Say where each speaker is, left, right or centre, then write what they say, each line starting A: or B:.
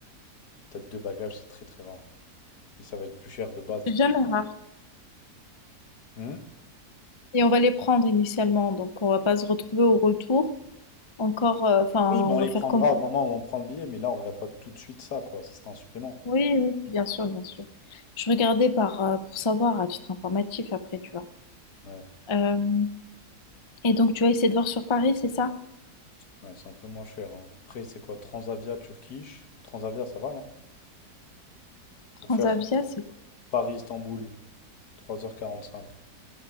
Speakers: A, on the left; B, on the left.
A: T'as deux bagages, c'est très très rare. Et ça va être plus cher de base. de
B: C'est
A: toute
B: jamais
A: façon.
B: rare.
A: Hmm
B: Et on va les prendre initialement, donc on va pas se retrouver au retour. Encore, euh, enfin,
A: Oui, mais
B: on
A: on
B: va
A: les
B: faire
A: prendra
B: comment?
A: au moment où on prend le billet, mais là, on regarde pas tout de suite ça, quoi. Ça sera un supplément.
B: Oui, oui, bien sûr, bien sûr. Je regardais par, euh, pour savoir à titre informatif après, tu vois.
A: Ouais,
B: Euh, et donc, tu vas essayer de voir sur Paris, c'est ça?
A: ouais, c'est un peu moins cher, hein. Après, c'est quoi? Transavia, Turkish. Transavia, ça va, non? Pour
B: Transavia,
A: faire
B: c'est
A: paris istanbul trois heures quarante-cinq.